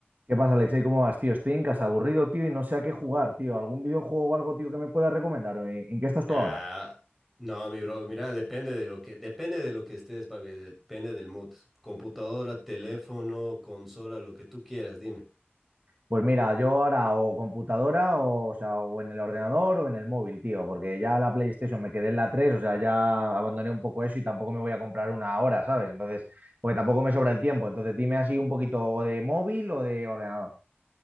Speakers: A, on the right; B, in the centre.
A: ¿Qué pasa, Alexei? ¿Cómo vas, tío? Estoy en casa aburrido, tío, y no sé a qué jugar, tío. ¿Algún videojuego o algo, tío, que me puedas recomendar? ¿O ¿En en qué estás tú
B: Ah,
A: ahora?
B: no, mi bro, mira, depende de lo que, depende de lo que estés, papi, depende del mood. Computadora, teléfono, consola, lo que tú quieras, dime.
A: Pues mira, yo ahora o computadora, o, o sea, o en el ordenador o en el móvil, tío, porque ya la PlayStation me quedé en la 3, o sea, ya abandoné un poco eso y tampoco me voy a comprar una ahora, ¿sabes? Entonces, porque tampoco me sobra el tiempo. Entonces, dime así un poquito de móvil o de ordenador.